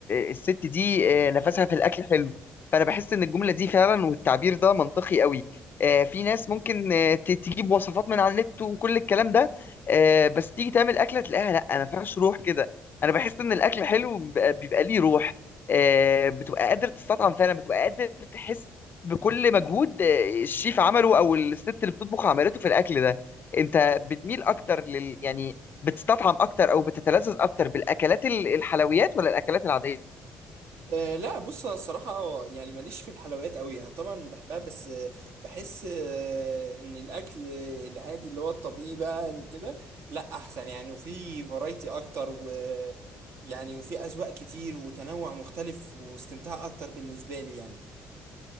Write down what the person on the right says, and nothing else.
أه لا بص أنا الصراحة يعني ماليش في الحلويات قوي يعني طبعا بحبها بس آه، بحس آه، ان الاكل العادي اللي هو الطبيعي بقى كده لا احسن يعني وفي فرايتي اكتر و يعني وفي اذواق كتير وتنوع مختلف واستمتاع اكتر بالنسبة لي يعني